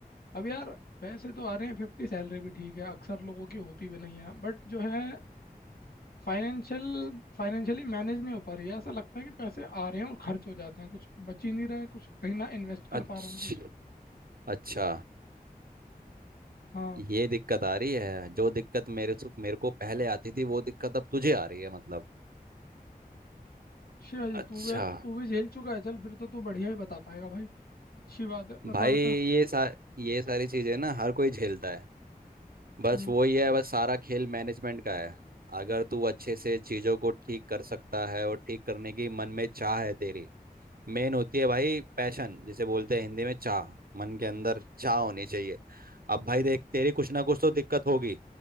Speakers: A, on the left; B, on the right.
A: अब यार पैसे तो आ रहे हैं फिफ्टी सैलरी भी ठीक है अक्सर लोगों की होती भी नहीं है बट जो है फाइनेंशियल फाइनेंशियली मैनेज नहीं हो पा रही है ऐसा लगता है कि पैसे आ रहे हैं और खर्च हो जाते हैं कुछ बच ही नहीं रहा है कुछ कहीं ना इन्वेस्ट कर
B: अच्छा
A: पा रहा हूँ कुछ
B: अच्छा
A: हाँ
B: ये दिक्कत आ रही है जो दिक्कत मेरे से मेरे को पहले आती थी वो दिक्कत अब तुझे आ रही है मतलब
A: अच्छा जी
B: अच्छा
A: तू भी तू भी झेल चुका है चल फिर तो तू बढ़िया ही बता पाएगा भाई अच्छी बात है
B: भाई
A: बता बता
B: ये सा ये सारी चीजें ना हर कोई झेलता है बस
A: हम्म
B: वही है बस सारा खेल मैनेजमेंट का है अगर तू अच्छे से चीजों को ठीक कर सकता है और ठीक करने की मन में चाह है तेरी मेन होती है भाई पैशन जिसे बोलते हैं हिंदी में चाह मन के अंदर चाह होनी चाहिए अब भाई देख तेरी कुछ ना कुछ तो दिक्कत होगी